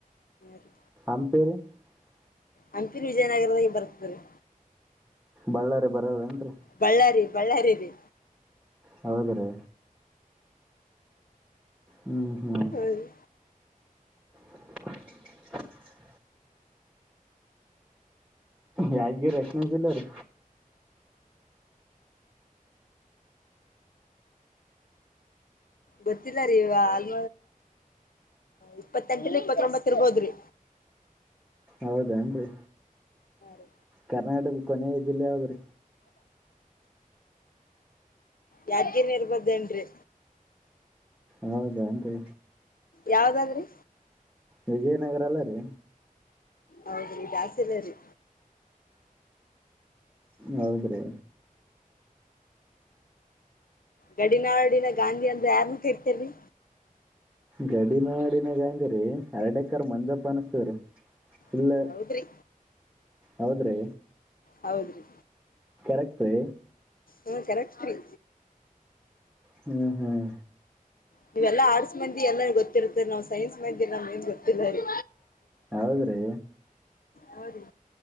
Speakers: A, on the left; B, in the centre.
A: ರಿ
B: <unintelligible>
A: ಹಂಪಿನ್ ವಿಜಯನಗರದಾಗ ಬರ್ತದ್ರ ರೀ
B: ಬಳ್ಳಾರಿ ಬರಲ್ಲೇನ್ರಿ
A: ಬಳ್ಳಾರಿ ಬಳ್ಳಾರಿ ರೀ
B: ಹೌದ್ರೀ ಹ್ಮ್ ಹ್ಮ್
A: ಹ್ಞೂ ರೀ
B: <unintelligible> ಯಾದಗಿರಿ ಎಷ್ಟನೇ ಜಿಲ್ಲಾರಿ
A: ಗೊತ್ತಿಲ್ಲ ರೀ ಅಲ್ ಇಪ್ಪತ್ತೆಂಟ ಇಪ್ಪತ್ತೊಂಬತ್ತ ಇರಬಹುದರೀ
B: ಹೌದೇನ್ರಿ
A: ರೀ
B: ಕರ್ನಾಟದ ಕೊನೆಯ ಜಿಲ್ಲೆ ಯಾವದ್ರಿ
A: ಯಾದಗಿರಿ ಇರಬಹುದು ಎಂನ್ರಿ
B: ಹೌದಾನ್ ರೀ
A: ಯಾವ್ದಾದ್ರಿ
B: ವಿಜಯನಗರ ಅಲ್ಲ ರೀ
A: ಹೌದ್ರಿ ದ್ಯಾಸಲರಿ
B: ಹೌದ್ರಿ
A: ಗಡಿನಾಡಿನ ಗಾಂಧಿ ಅಂದ್ರ ಯಾರ್ನ್ ಕರಿತಾರಿ
B: ಗಡಿನಾಡಿನ ಗಾಂಧಿ ರಿ ಎರಡೆ ರ್ ಮಂಜಪ್ಪ ಅನ್ಸ್ತಾರ ಇಲ್ಲ
A: ಹ್ಮ್ ಹೌದ್ರಿ
B: ಹೌದ್ರಿ
A: ಹೌದ್ರೀ
B: ಗ್ತದೆ <unintelligible>
A: ಹ್ಮ ಕರೆಕ್ಟರಿ
B: ಹ್ಮ್ ಹ್ಮ್
A: ನೀವೆಲ್ಲಾ ಆರ್ಟ್ಸ್ ಮಂದಿ ಎಲ್ಲ ಗೊತ್ತಿರ್ತ್ತರಿ ನಾವ್ ಸೈನ್ಸ್ ಮಂದಿ ಎಲ್ಲ ಮನ್ಸ್ ಗೊತ್ತರರಿ
B: ಹೌದ್ರಿ
A: ಹೌದೀ